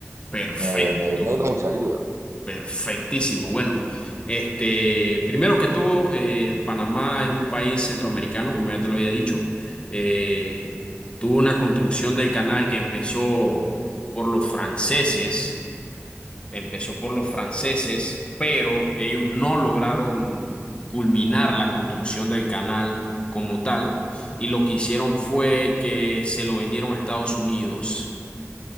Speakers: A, on the left (about 25°); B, on the right (about 85°).
A: Perfecto.
B: Me, me, me da mucha ayuda.
A: Perfectísimo. Bueno, este, primero que todo, eh, Panamá es un país centroamericano, como ya te lo había dicho. Eh, tuvo una construcción del canal que empezó por los franceses, empezó por los franceses, pero ellos no lograron culminar la construcción del canal como tal, y lo que hicieron fue que se lo vendieron a Estados Unidos.